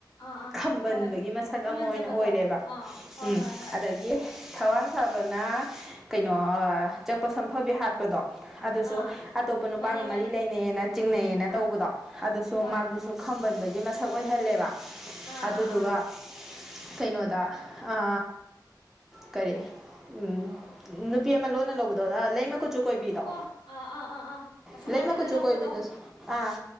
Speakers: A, on the left (about 70°); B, in the centre.
A: ꯑꯥ ꯑꯥ
B: ꯈꯝꯕꯟꯕꯒꯤ
A: ꯍꯣꯏ ꯍꯣꯏ
B: ꯃꯁꯛ ꯑꯃ
A: ꯈꯝꯍꯟꯖꯕꯗꯣ
B: ꯃ ꯑꯣꯏꯅ ꯑꯣꯏꯔꯦꯕ
A: ꯑꯥ ꯍꯣꯏ
B: ꯎꯝ
A: ꯍꯣꯏ ꯍꯣꯏ
B: ꯑꯗꯒꯤ ꯊꯧꯕꯥꯟ ꯊꯕꯅ ꯀꯩꯅꯣ ꯆꯛꯄ ꯁꯝꯐꯕꯤ ꯍꯥꯠꯄꯗꯣ ꯑꯗꯨꯁꯨ
A: ꯑꯥ
B: ꯑꯇꯣꯞꯄ ꯅꯨꯄꯥꯒ
A: ꯃꯥꯅꯦ
B: ꯃꯔꯤ
A: ꯃꯥꯅꯦ
B: ꯂꯩꯅꯩꯑꯅ ꯆꯤꯡꯅꯩꯌꯦꯅ ꯇꯧꯕꯗꯣ
A: ꯑꯥ
B: ꯑꯗꯨꯁꯨ
A: ꯍꯣꯏ
B: ꯃꯥꯗꯨꯁꯨ ꯈꯝꯕꯟꯕꯒꯤ ꯃꯁꯛ ꯑꯣꯏꯍꯜꯂꯦꯕ
A: ꯑꯥ
B: ꯑꯗꯨꯗꯨꯒ
A: ꯑꯥ ꯑꯥ
B: ꯀꯩꯅꯣꯗ ꯑ ꯀꯔꯤ ꯎꯝ ꯅꯨꯄꯤꯤꯃ ꯂꯣꯟ ꯂ ꯍꯒꯗ꯭ꯔ ꯂꯩꯃ ꯀ ꯆ ꯀꯣꯏꯕꯤꯗꯣ
A: ꯑꯣ ꯑꯥ ꯑꯥ ꯑꯥ ꯑꯥ ꯑꯁꯣꯝ
B: ꯂꯩꯃ
A: ꯅꯥꯀꯟꯗ
B: ꯀꯨꯆꯨ
A: ꯂꯧꯕꯗꯣ
B: ꯀꯣꯏꯕꯤꯗꯨꯁꯨ ꯑꯥ